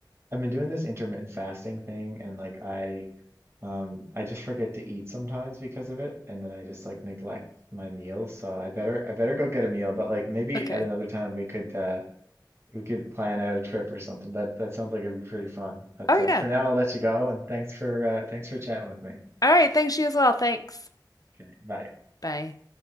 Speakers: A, on the right; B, on the left.
A: I've been doing this intermittent fasting thing and like I um I just forget to eat sometimes because of it and then I just like neglect my meals. So I better I better go get a meal, but like maybe
B: Okay.
A: at another time we could uh we could plan out a trip or something. That that sounds like it'd be pretty fun. But
B: Oh,
A: uh,
B: yeah.
A: for now, I'll let you go, and thanks for uh, thanks for chatting with me.
B: All right. Thanks, you as well. Thanks.
A: Okay, bye.
B: Bye.